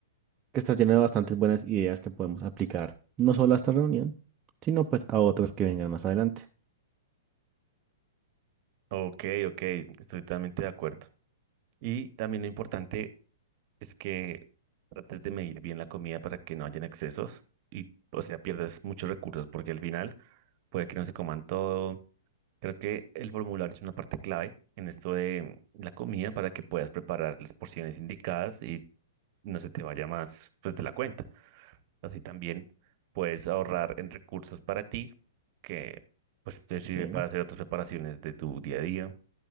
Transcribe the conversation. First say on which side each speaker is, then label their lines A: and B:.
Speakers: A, on the right (about 25°); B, on the right (about 45°).
A: que está llena de bastantes buenas ideas que podemos aplicar, no solo a esta reunión, sino pues a otras que vengan más adelante.
B: Ok, ok, estoy totalmente de acuerdo. Y también lo importante es que trates de medir bien la comida para que no hayan excesos y, o sea, pierdas muchos recursos porque al final puede que no se coman todo. Creo que el formulario es una parte clave en esto de la comida para que puedas preparar las porciones indicadas y no se te vaya más pues de la cuenta. Así también puedes ahorrar en recursos para ti que pues te sirve
A: Sí,
B: para hacer otras preparaciones de tu día a día,